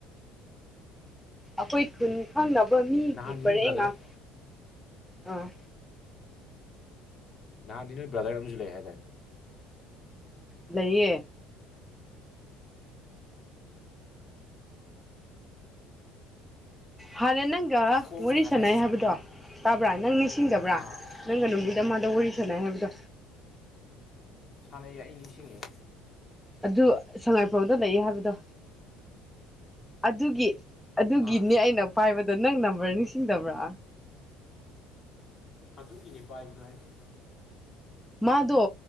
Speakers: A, in the centre; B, on the left.
A: ꯑꯩꯈꯣꯏ ꯈꯨꯟ ꯈꯪꯅꯕ ꯃꯤꯒꯤ
B: ꯅꯍꯥꯟꯗꯤ
A: ꯄꯔꯦꯡ
B: ꯅꯣꯏ ꯕ꯭ꯔꯗꯔ
A: ꯉꯥꯛ ꯑꯥ
B: ꯅꯍꯥꯟꯗꯤ ꯅꯣꯏ ꯕ꯭ꯔꯗꯔ ꯑꯃꯖꯨ ꯂꯩ ꯍꯥꯏꯗꯥꯏ
A: ꯂꯩꯌꯦ ꯍꯥꯟꯅ ꯅꯪꯒ
B: ꯈꯣꯡꯁꯦ
A: ꯋꯥꯔꯤ
B: ꯉꯁꯥꯏ
A: ꯁꯥꯟꯅꯩ
B: ꯁ-
A: ꯍꯥꯏꯕꯗꯣ ꯇꯥꯕ꯭ꯔꯥ ꯅꯪ ꯅꯤꯡꯁꯤꯡꯗꯕ꯭ꯔꯥ
B: ꯑꯥ
A: ꯅꯪꯒ ꯅꯨꯃꯤꯠ ꯑꯃꯗ ꯋꯥꯔꯤ ꯁꯥꯟꯅꯩ ꯍꯥꯏꯕꯗꯣ
B: ꯁꯥꯟꯅꯩ ꯑꯩ ꯅꯤꯡꯁꯤꯡꯉꯦ
A: ꯑꯗꯨ ꯁꯉꯥꯏꯄ꯭ꯔꯥꯎꯗ ꯂꯩꯌꯦ ꯍꯥꯏꯕꯗꯣ ꯑꯗꯨꯒꯤ ꯑꯗꯨꯒꯤꯅꯦ
B: ꯑꯥ
A: ꯑꯩꯅ ꯄꯥꯏꯕꯗꯣ ꯅꯪ ꯅꯝꯕꯔ ꯅꯤꯡꯁꯤꯡꯗꯕ꯭ꯔꯥ
B: ꯑꯗꯨꯒꯤꯅꯤ ꯄꯥꯏꯕꯗꯣ ꯍꯥꯏꯗꯤ
A: ꯃꯥꯗꯣ